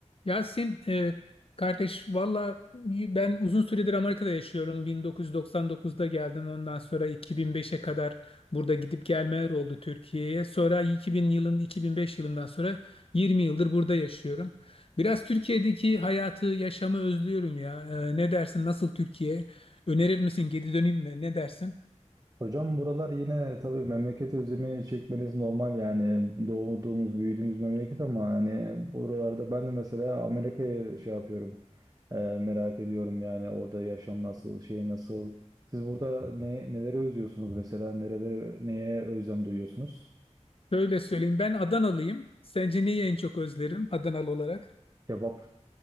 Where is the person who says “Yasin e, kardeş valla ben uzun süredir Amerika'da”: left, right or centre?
Left